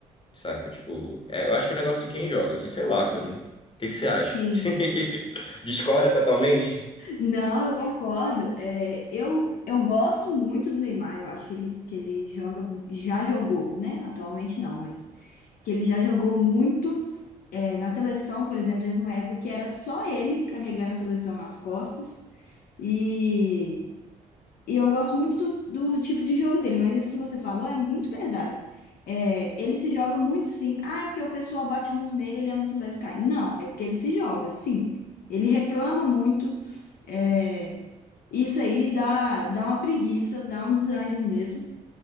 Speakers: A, on the left (about 35°); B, on the left (about 65°).
A: Saca? Tipo, é, eu acho que é um negócio de quem joga, assim, sei lá também. O que que você acha?
B: Sim.
A: <laughs> Discorda totalmente?
B: Não, eu concordo. É, eu, eu gosto muito do Neymar. Eu acho que ele, que ele joga, já jogou, né? Atualmente não, mas que ele já jogou muito. É, na seleção, por exemplo, teve uma época que era só ele carregando a seleção nas costas. E, e eu gosto muito do, do tipo de jogo dele, mas isso que você falou é muito verdade. É, ele se joga muito sim. Ah, é porque o pessoal bate muito nele, ele é muito leve, cara. Não, é porque ele se joga, sim. Ele reclama muito. É, isso aí dá, dá uma preguiça, dá um desânimo mesmo.